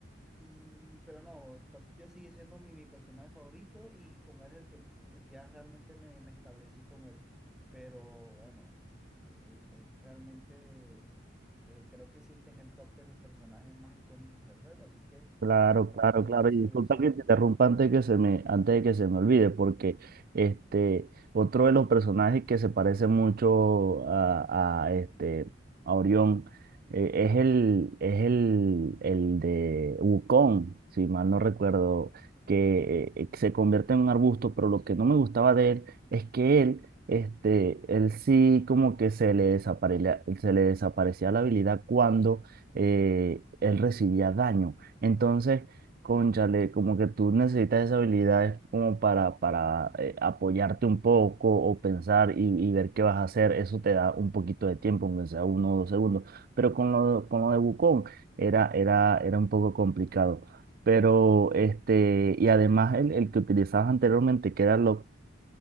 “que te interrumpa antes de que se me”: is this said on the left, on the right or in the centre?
Right